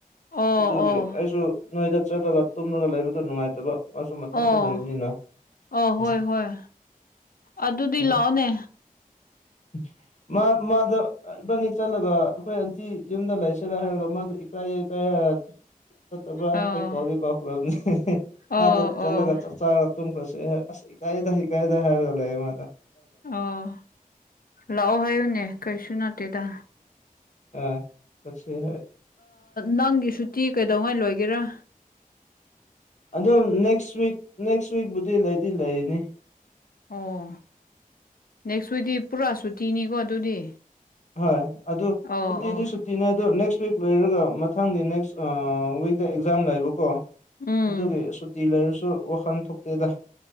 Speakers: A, on the left; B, on the left.
A: ꯑꯣ
B: ꯑꯗꯨꯒꯤ
A: ꯑꯣ
B: ꯑꯩꯁꯨ ꯅꯣꯏꯗ ꯆꯠꯂꯒ ꯇꯨꯝꯂꯒ ꯂꯩꯕꯗꯣ ꯅꯨꯡꯉꯥꯏꯇꯕ ꯃꯥꯁꯨ ꯃꯊꯟꯇ
A: ꯑꯣ
B: ꯂꯩꯕꯅꯤꯅ
A: ꯑ ꯍꯣꯏ
B: ꯎꯝ
A: ꯍꯣꯏ ꯑꯗꯨꯗꯤ
B: ꯎꯝ
A: ꯂꯥꯛꯑꯣꯅꯦ
B: <unintelligible> <inaudible> ꯃꯥ ꯃꯥꯗ ꯏꯕꯥꯅꯤ ꯆꯠꯂꯒ ꯑꯩꯈꯣꯏ ꯑꯟꯇꯤ ꯌꯨꯝꯗ ꯂꯥꯛꯁꯤꯔꯦ ꯍꯥꯏꯔꯒ ꯃꯥꯗꯣ ꯀ ꯀ <unintelligible> <inaudible> ꯆꯠꯇꯕ
A: ꯑꯣ
B: ꯑꯩ ꯀꯧꯗꯤ ꯀꯥꯎꯈ꯭ꯔꯣꯕꯅꯦ
A: ꯑꯣ
B: ꯑꯗ
A: ꯑꯣ
B: ꯆꯠꯂꯒ ꯆ ꯆꯥꯒ ꯦ ꯍ ꯀꯥꯏꯗ ꯍ ꯀꯥꯏꯗ ꯍꯥꯏꯔꯒꯂꯦ ꯃꯥꯥ
A: ꯑꯣ ꯂꯑꯣ ꯍꯥꯏꯌꯨꯅꯦ ꯀꯩꯁꯨ ꯅ ꯇꯦꯗꯥ
B: ꯑ ꯆꯠꯁ ꯍꯣꯏ
A: ꯅꯪꯒꯤ ꯁꯨꯇꯤ ꯀꯩꯗꯧꯉꯥꯏ ꯂꯣꯏꯒꯦꯔꯥ
B: ꯑꯗꯨꯝ ꯅꯦꯛꯁ ꯋꯤꯛ ꯅꯦꯛꯁ ꯋꯤꯛꯄꯨꯗꯤ ꯂꯩꯗꯤ ꯂꯩꯔꯤꯅꯤ
A: ꯑꯣ ꯅꯦꯛꯁ ꯋꯤꯛꯗꯤ ꯄꯨꯔꯥ ꯁꯨꯇꯤꯅꯤꯀꯣ ꯑꯗꯨꯗꯤ
B: ꯍꯣꯏ ꯑꯗꯨ
A: ꯑꯣ
B: ꯁꯨꯇꯤꯗꯤ
A: ꯑꯣ
B: ꯁꯨꯇꯤꯅꯦ ꯑꯗꯨꯣ ꯅꯦꯛꯁ ꯋꯤꯛ ꯂꯣꯏꯔꯒ ꯃꯊꯪꯒꯤ ꯅꯦꯛꯁ ꯋꯤꯛꯇ ꯑꯦꯛꯖꯥꯝ ꯂꯩꯕꯀꯣ
A: ꯎꯝ
B: ꯑꯗꯨꯒꯤ ꯁꯨꯇꯤ ꯂꯩꯔꯁꯨ ꯋꯥꯈꯜ ꯊꯣꯛꯇꯦꯗ